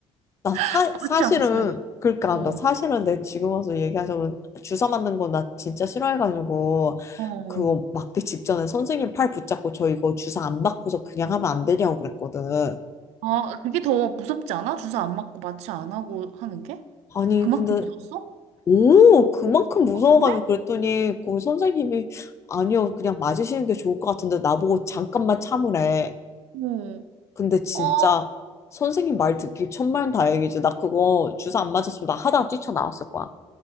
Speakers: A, on the left (about 25°); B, on the right (about 85°).
A: 나 사,
B: <laughs>
A: 사실은
B: 마취 안 했으면.
A: 그러니까
B: 어,
A: 나 사실은 내 지금 와서 얘기하자면 주사 맞는 거 나 진짜 싫어해가지고
B: 어.
A: 그거 맞기 직전에 선생님 팔 붙잡고 저 이거 주사 안 맞고서 그냥 하면 안 되냐고 그랬거든.
B: 아, 그게 더 무섭지 않아? 주사 안 맞고 마취 안 하고 하는 게?
A: 아니
B: 그만큼
A: 근데
B: 무서웠어?
A: 오 그만큼 무서워가지고
B: 아, 그래?
A: 그랬더니 그 선생님이 아니요 그냥 맞으시는 게 좋을 것 같은데 나보고 잠깐만 참으래.
B: 어.
A: 근데 진짜
B: 아,
A: 선생님 말 듣기 천만다행이지. 나 그거 주사 안 맞았으면 나 하다가 뛰쳐나왔을 거야.